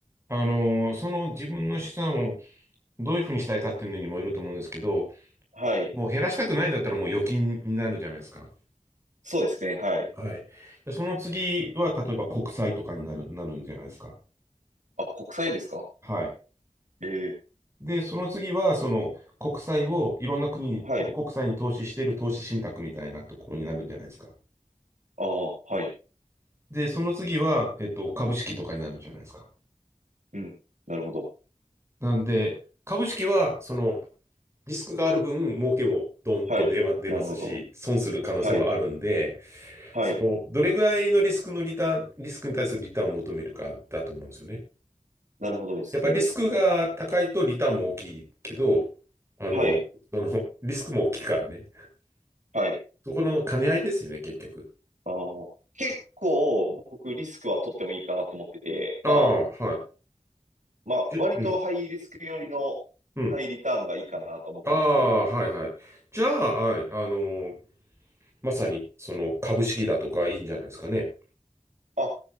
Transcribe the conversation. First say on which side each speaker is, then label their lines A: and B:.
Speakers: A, on the right; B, on the right.
A: あのーその自分の資産をどういうふうにしたいかっていうのにもよると思うんですけど、
B: はい。
A: もう減らしたくないんだったらもう預金になるじゃないですか。
B: そうですね、はい。
A: はい。で、その次は、例えば国債とかになる、なるんじゃないですか。
B: あ、国債ですか
A: はい。
B: ええ
A: で、その次は、その国債をいろんな国の国債に投資している投資信託みたいなところになるんじゃないですか。
B: はい。ああ、はい。
A: で、その次は、えっと、株式とかになるんじゃないですか。
B: うん。なるほど。
A: なんで、株式は、その、リスクがある分、儲けもドンと出ま、
B: はい。
A: 出ますし、
B: なるほど。
A: 損する可能性もあるんで、
B: はい。はい。
A: その、どれぐらいのリスクのリターン、リスクに対するリターンを求めるかだと思うんですよね。
B: なるほどですね。
A: やっぱりリスクが高いとリターンも大きいけど、あの、
B: はい。
A: その、リスクも大きいからね。
B: はい。
A: そこの兼ね合いですよね、結局。
B: あー結構僕リスクは取ってもいいかなと思ってて、
A: あ
B: まあ、
A: あ、は
B: まあ、
A: い。
B: 割とハイリスクよりのハイリターンがいいかなと思ってるんですけど。
A: で、うん、うん。ああ、はい、はい。じゃあ、はい、あのーまさに、その、株式だとかいいんじゃないですかね。
B: あ、